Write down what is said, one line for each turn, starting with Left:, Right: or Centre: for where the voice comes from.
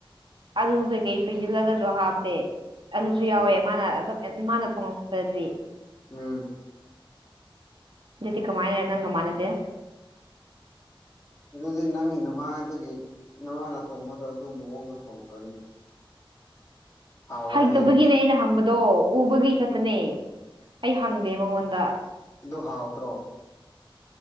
Right: ꯑꯂꯨ ꯀꯩꯀꯩ ꯁꯣꯏꯁꯤꯜꯂꯒꯁꯨ ꯍꯥꯞꯄꯦ ꯑꯂꯨꯁꯨ ꯌꯥꯎꯋꯦ
Left: ꯑ
Right: ꯃꯥꯅ ꯑꯗꯨꯝ ꯃꯥꯅ ꯊꯣꯡꯉꯛꯄꯗꯗꯤ
Left: ꯎꯝ
Right: ꯑꯗꯨꯗꯤ ꯀꯃꯥꯏꯅ ꯅꯪꯒ ꯃꯥꯟꯅꯗꯦ
Left: ꯑꯗꯨꯗꯤ ꯅꯪꯒꯤ ꯅꯃꯥꯗꯒꯤ ꯅꯃꯥꯅ ꯊꯣꯡꯕꯗꯣ ꯑꯗꯨ ꯃꯑꯣꯡꯗ ꯊꯣꯡꯈ꯭ꯔꯅꯤ ꯍꯥꯎꯋꯦ
Right: ꯍꯩꯇꯕꯒꯤꯅꯦ
Left: ꯍꯥꯏꯔꯗꯤ
Right: ꯑꯩꯅ ꯍꯪꯕꯗꯣ ꯎꯕꯒꯤ ꯈꯛꯇꯅꯦ ꯑꯩ ꯍꯪꯗꯦ ꯃꯉꯣꯟꯗ
Left: ꯑꯗꯨ ꯍꯥꯎꯇ꯭ꯔꯣ